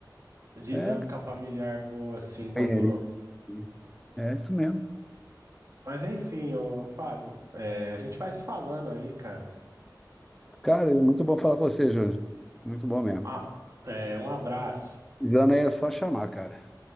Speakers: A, on the right; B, in the centre.
A: dinâmica
B: É, cara,
A: familiar boa, assim,
B: companheirismo,
A: quando.
B: sim. é isso mesmo.
A: Mas enfim, ô Fábio, é, a gente vai se falando aí, cara.
B: Cara, é muito bom falar com você, Júlio. Muito bom mesmo.
A: Ah, é, um abraço.
B: Precisando aí é só chamar, cara.